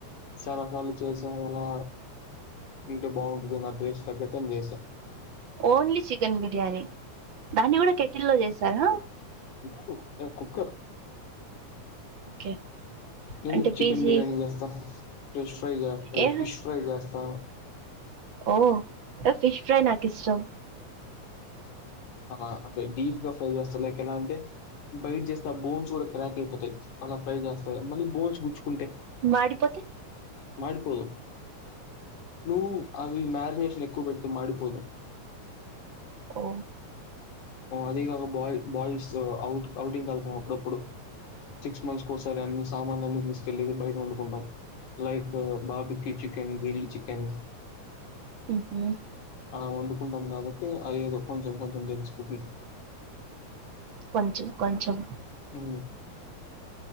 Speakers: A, on the left (about 75°); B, on the right (about 45°).
A: చాలా సార్లు చేసే అలా ఇంటే బాగుంటది నా టేస్ట్ కి తగ్గటని చేసా
B: ఓన్లీ చికెన్ బిర్యానీ దాన్ని గూడా కెటిల్లో చేసారా
A: లేదు నేను కుక్కర్
B: ఓకే
A: నేను
B: అంటే
A: చికెన్
B: పీజీ
A: బిర్యానీ జేస్తా ఫ్రెష్ ఫ్రై అదే
B: ఏ
A: ఫిష్ ఫ్రై జేస్త
B: ఓ ఫిష్ ఫ్రై నాకిష్టం
A: అలా అంటే డీప్గా ఫ్రై చేస్త లైక్ ఎలా అంటే బైట్ జేస్తా బోన్స్ గూడా క్రాక్ అయిపోతాయి అలా బై చేస్త మళ్ళీ బోన్స్ గుచ్చుకుంటే
B: మాడిపోతే
A: మడిపోదు నువ్వు అవి మ్యారినేషన్ ఎక్కువ బెడితే మాడిపోదు
B: ఓ
A: అదీ గాక బాయ్ బాయ్స్ అవుట్ ఔటింగెళ్తాం అప్పుడప్పుడు సిక్స్ మంత్స్ కోసారి అన్ని సామాన్లన్నీ తీసుకెళ్లి బయట వండుకుంటాం లైక్ బాబుకి చికెన్ గిల్ చికెన్
B: ఉహు
A: ఆ వండుకుంటాం గాబట్టి అదేదో కొంచెం కొంచెం <unintelligible>
B: కొంచెం కొంచం
A: ఉ